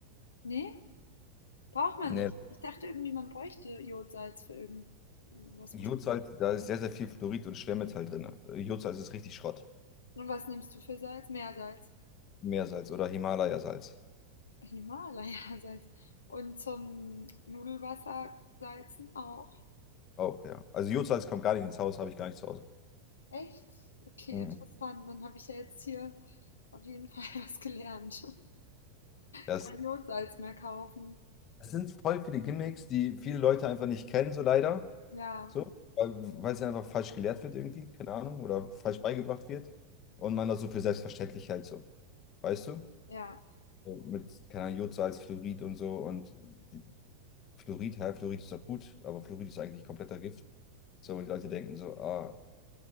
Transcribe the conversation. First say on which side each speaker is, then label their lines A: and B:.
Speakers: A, on the left (about 70°); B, on the left (about 35°).
A: nee, braucht man
B: Nee,
A: nicht. Ich dachte irgendwie, man bräuchte Jodsalz für irgendwas Bestimmtes.
B: Jodsalz, da ist sehr, sehr viel Fluorid und Schwermetall drin. Jodsalz ist richtig Schrott.
A: Und was nimmst du für Salz? Meersalz.
B: Meersalz oder Himalayasalz.
A: Himalaya-Salz. Und zum Nudelwasser salzen auch.
B: Auch, ja. Also Jodsalz kommt gar nicht ins Haus, habe ich gar nicht zu Hause.
A: Echt? Okay,
B: Mhm.
A: interessant. Dann habe ich ja jetzt hier auf jeden Fall <laughs> was gelernt.
B: Das,
A: Kein Jodsalz mehr kaufen.
B: das sind voll viele Gimmicks, die viele Leute einfach nicht kennen, so leider.
A: Ja,
B: So, weil weil es ja einfach falsch gelehrt wird irgendwie, keine Ahnung, oder falsch beigebracht wird. Und man das so für selbstverständlich hält, so. Weißt du?
A: ja.
B: So mit, keine Ahnung, Jodsalz, Fluorid und so. Und die- Fluorid, hä, Fluorid ist doch gut, aber Fluorid ist eigentlich kompletter Gift. So, und die Leute denken so, ah,